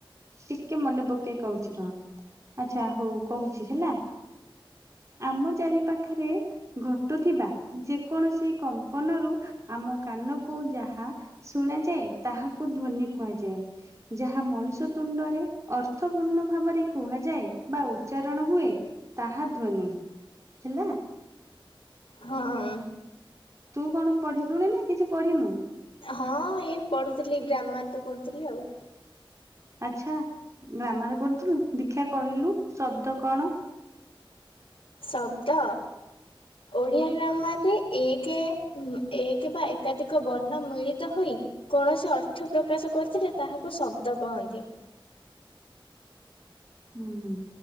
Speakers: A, on the right; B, on the left.
A: ଟିକେ ମନେ ପକେଇ କହୁଛି ରହ। ଆଚ୍ଛା ହଉ କହୁଛି ହେଲା। ଆମ ଚାରି ପାଖରେ ଘଟୁଥିବା ଯେ କୌଣସି କମ୍ପନରୁ ଆମ କାନକୁ ଯାହା ଶୁଣାଯାଏ, ତାହାକୁ ଧୋନି କୁହାଯାଏ। ଯାହା ମଣିଷ ତୁଣ୍ଡରେ ଅର୍ଥପୂର୍ଣ୍ଣ ଭାବରେ କୁହାଯାଏ ବା ଉଚ୍ଚାରଣ ହୁଏ। ତାହା ଧ୍ୱନି ହେଲା।
B: ହଁ
A: ତୁ କଣ ପଢିଲୁଣି ନା କିଛି ପଢିନୁ?
B: ହଁ ଏଇ ପଢୁଥିଲି ଗ୍ରାମାର୍ ତ ପଢୁଥିଲି ଆଉ।
A: ଆଚ୍ଛା ଗ୍ରାମର ପଢୁଥିଲୁ। ଦେଖିଆ କହିଲୁ ଶବ୍ଦ କଣ?
B: ଶବ୍ଦ। ଓଡ଼ିଆ ଗ୍ରାମର୍ ରେ ଏକ ଏକ ବା ଏକାଧିକ ବର୍ଣ୍ଣ ମିଳିତ ହୋଇ କୌଣସି ଅର୍ଥ ପ୍ରକାଶ କରୁଥିଲେ ତାହାକୁ ଶବ୍ଦ କହନ୍ତି।
A: ହୁଁ